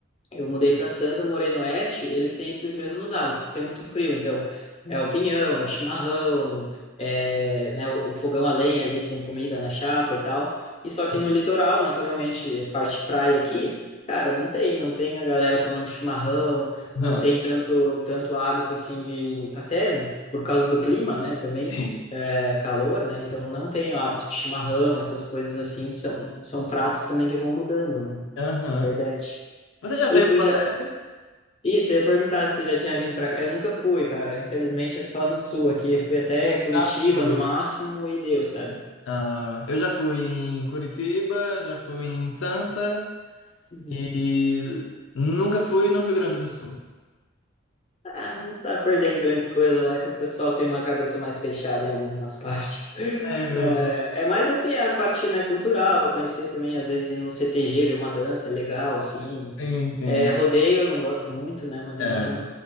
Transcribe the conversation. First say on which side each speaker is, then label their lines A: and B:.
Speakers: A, on the left (about 30°); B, on the left (about 80°).
A: Eu mudei para Santa, morei no Oeste, eles têm esses mesmos hábitos, porque é muito frio, então é o pinhão, é o chimarrão, é, né, o, o fogão a lenha ali com comida na chapa e tal. E só
B: sim.
A: que no litoral, naturalmente, parte praia aqui, cara, não tem, não tem a galera tomando chimarrão, não
B: Aham.
A: tem tanto tanto hábito assim de até por causa do clima, né, também
B: Sim.
A: é, calor, né? Então não tem o hábito de chimarrão, essas coisas assim são são pratos também que vão mudando, né?
B: Aham.
A: Na verdade.
B: Você já
A: E
B: veio
A: tu
B: pro
A: já,
B: Nordeste?
A: isso, eu ia perguntar se tu já tinha vindo pra cá. Eu nunca fui, cara. Infelizmente, é só no sul aqui. Eu fui até
B: Eu
A: Curitiba
B: já fui.
A: no máximo e deu, sabe?
B: Ah, eu já fui em Curitiba, já fui em Santa
A: Uhum.
B: e nunca fui no Rio Grande do Sul.
A: Ah, não tá perdendo grandes coisas lá que o pessoal tem uma cabeça mais fechada em algumas <laughs> partes.
B: É,
A: Não, é, é mais assim a parte, né, cultural, conhecer também, às vezes, ir num CTG, ver uma dança, é legal, assim.
B: sim, sim.
A: É, rodeio eu não gosto muito, né, mas
B: É,
A: enfim.